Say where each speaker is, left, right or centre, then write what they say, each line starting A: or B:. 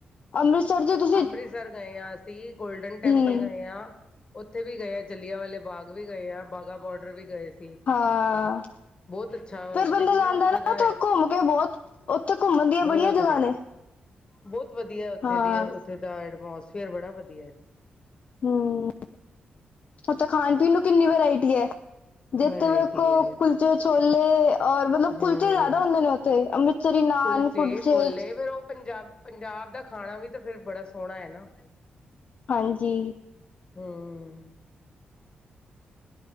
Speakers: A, on the left; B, on the left.
A: ਅੰਮ੍ਰਿਤਸਰ ਜਦੋ,
B: ਅੰਮ੍ਰਿਤਸਰ ਗਏ ਆ ਅਸੀਂ ਗੋਲਡਨ ਟੈਂਪਲ
A: ਹਮ
B: ਗਏ ਆ, ਉੱਥੇ ਵੀ ਗਏ ਆ ਜਲਿਆਂ ਵਾਲੇ ਬਾਗ ਵੀ ਗਏ ਆ ਬਾਘਾ ਬੋਡਰ ਵੀ ਗਏ ਸੀ,
A: ਹਾਂ,
B: ਬਹੁਤ ਅੱਛਾ
A: ਫੇਰ ਬੰਦਾ
B: ਲੇਕਿਨ
A: ਜਾਂਦਾ
B: ਉੱਥਾ
A: ਨਾ
B: ਦਾ
A: ਉੱਥੇ ਘੁੰਮ ਕੇ ਬਹੁਤ ਉੱਥੇ ਘੁੰਮਣ ਦੀਆਂ
B: ਬਹੁਤ
A: ਬੜੀਆਂ ਜਗ੍ਹਾ
B: ਹਾਂ
A: ਨੇ,
B: ਬਹੁਤ ਵਧੀਆ ਉੱਥੇ
A: ਹਾਂ
B: ਦੀ ਉੱਥੇ ਦਾ ਐਟਮੋਸਫੇਅਰ ਬੜਾ ਵਧੀਆ ਏ,
A: ਹਮ ੳਥੇ ਖਾਣ ਪੀਣ ਨੂੰ ਕਿੰਨੀ ਵਰਾਇਟੀ ਹੈ, ਜਿਥੇ
B: ਵਰਾਇਟੀ
A: ਵੇਖੋ
B: ਹੈ
A: ਕੁਲਚੇ ਛੋਲੇ, ਔਰ ਮਤਲਬ ਕੁਲਚੇ
B: ਹਮ
A: ਜ਼ਿਆਦਾ ਹੁੰਦੇ ਨੇ ਉੱਥੇ ਅੰਮ੍ਰਿਤਸਰੀ ਨਾਨ
B: ਕੁਲਚੇ
A: ਕੁੜਚੇ,
B: ਛੋਲੇ ਫੇਰ ਉਹ ਪੰਜਾਬ ਪੰਜਾਬ ਦਾ ਖਾਣਾ ਵੀ ਤਾਂ ਫੇਰ ਬੜਾ ਸੋਹਣਾ ਏ ਨਾ।
A: ਹਾਂਜੀ।
B: ਹਮ